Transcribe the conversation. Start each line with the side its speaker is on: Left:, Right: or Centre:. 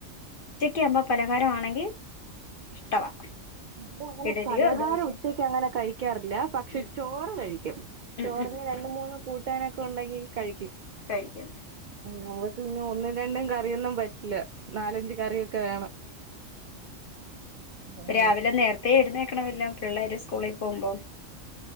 Left: ഉച്ചക്ക് അമ്മ പലഹാരമാണെങ്കിൽ ഇഷ്ടവാ
Right: ഇപ്പോ അങ്ങനെ
Left: ഇഡലിയോ
Right: പലഹാരം
Left: ദോശയോ
Right: ഉച്ചക്ക് അങ്ങനെ കഴിക്കാറില്ല പക്ഷെ
Left: ഉം
Right: ചോറ് കഴിക്കും
Left: ഉം
Right: ചോറിന്
Left: ഉം
Right: രണ്ട് മൂന്ന് കൂട്ടാനൊക്കെ ഉണ്ടെങ്കിൽ കഴിക്കും
Left: കഴിക്കും
Right: മോൾക് പിന്നെ ഒന്നും രണ്ടും കറിയൊന്നും പറ്റില്ല നാലഞ്ച്
Left: ഉം
Right: കറിയൊക്കെ വേണം.
Left: ഇപ്പൊ
Right: അങ്ങനെ
Left: രാവിലെ നേരത്തെ എഴുന്നേ ൽക്കണമല്ലോ പിള്ളേര് സ്കൂളി പോകുമ്പോ